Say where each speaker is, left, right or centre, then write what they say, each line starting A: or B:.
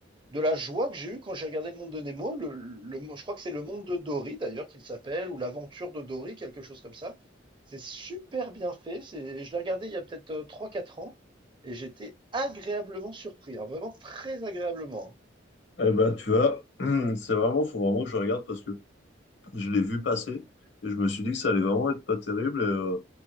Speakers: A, on the right; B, on the left.
A: de la joie que j'ai eue quand j'ai regardé le monde de Nemo. Le, le, mo- je crois que c'est le monde de Dory d'ailleurs qu'il s'appelle, ou l'aventure de Dory, quelque chose comme ça. C'est super bien fait. C'est, je l'ai regardé il y a peut-être euh, trois, quatre ans et j'étais agréablement surpris, hein, vraiment très agréablement. hein.
B: Eh ben, tu vois, <clears throat> c'est vraiment, faut vraiment que je regarde parce que je l'ai vu passer et je me suis dit que ça allait vraiment être pas terrible. Et, euh,